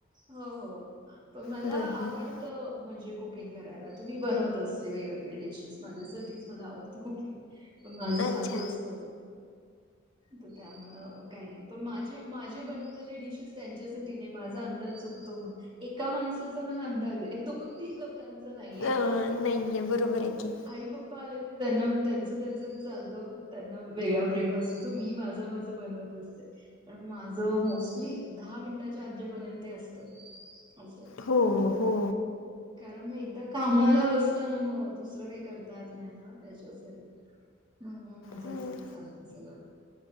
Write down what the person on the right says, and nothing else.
हो हो तो मला
आवड
त म्हणजे कुकिंग करायला त मी बनवत असते वेगवेगळ्या डिशेस माझ्यासाठीच मला आवडतं कुकिंग. माझं चालू
असत त त्यामुळं काय नाय पण माझे माझे बनवले डिशस त्यांच्या चुकीने माझा अंदाज चुकतो म एका माणसाचा मला अंदाज ए दोन तीन कांच नाईये
आई प पाले त्यांना त्यांच त्याच चालत. त्यांना वेगळा ब्रेकफास्ट असतो. मी माझं माझं बनवत असते पण माझ मोस्टली दहा मिनिटाच्या आत जे बनेल ते असत असंय.
कारण म एकदा कामाला बसलं ना मग दुसरं काय करता येत नाय ना. त्याच्यासाठी मग म माझ
असं चालत सगळं.